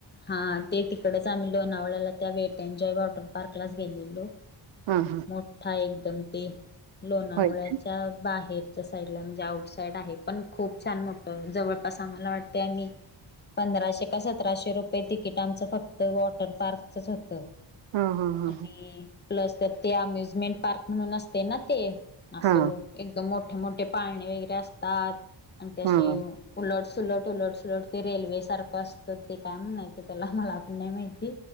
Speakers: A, on the left; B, on the right.
A: हा ते तिकडेच आम्ही लोणावळ्याला त्या वेटनजॉय वॉटर पार्कलाच गेलेलो.
B: हम्म-हम्म
A: मोठा एकदम ते, लोणावळ्याच्या
B: होय काय
A: बाहेर. साईड ला म्हणजे आउट साईड आहे, पण खूप छान मोठं जवळपास आम्हाला वाटते आम्ही पंधराशे काय सत राशे रुपये तिकीट आमचं फक्त वॉटर पार्कचच होत.
B: हा हा हा
A: आणि प्लस तर ते अम्युजमेंट पार्क म्हणून असते ना ते असं.
B: हा
A: एकदम मोठे-मोठे पाळणे वगैरे असतात आणि त्यासे
B: हा
A: उलट-सलट उलट-सलट ते रेल्वे सारखं असतं. तर ते काय म्हणायचं त्याला मला आपण नाही माहिती.